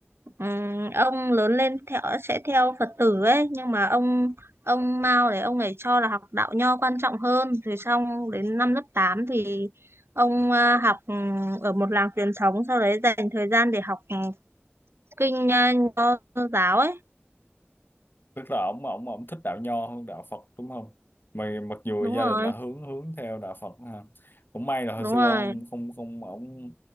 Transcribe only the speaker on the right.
Ừm, ông lớn lên theo sẽ theo Phật tử ấy nhưng mà ông ông Mao đấy ông ấy cho là học đạo nho quan trọng hơn rồi xong đến năm lớp 8 thì ông à, học ừm, ở một làng truyền thống sau đấy dành thời gian để học ừm, kinh à, nho giáo ấy
đúng
rồi
đúng
rồi